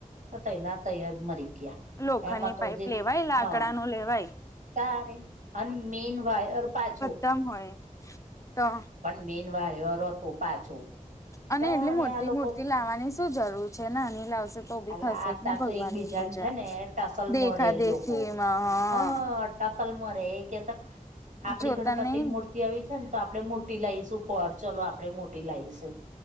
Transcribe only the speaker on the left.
લોખંડ
ની
પાઈપ
લેવાય લાકડા
ન લેવાય
એકદમ હોય તો
અને
એટલી મોટી
મૂર્તિ લાવવાની શું જરૂર છે નિનીલા તો બી
થશે
જ ને ભગવાન
ની પૂજા
દેખા
દેખી
એમાં હ
જોતા
નહી